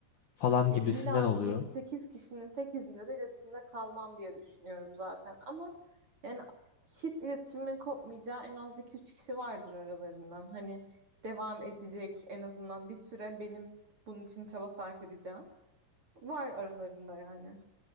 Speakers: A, on the left; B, on the right.
A: falan
B: Ya
A: gibisinden
B: illa
A: oluyor.
B: ki yedi sekiz kişinin 8'iyle de iletişimde kalmam diye düşünüyorum zaten. Ama yani hiç iletişimin kopmayacağı en az iki üç kişi vardır aralarından. Hani devam edecek en azından bir süre benim bunun için çaba sarf edeceğim. Var aralarında yani.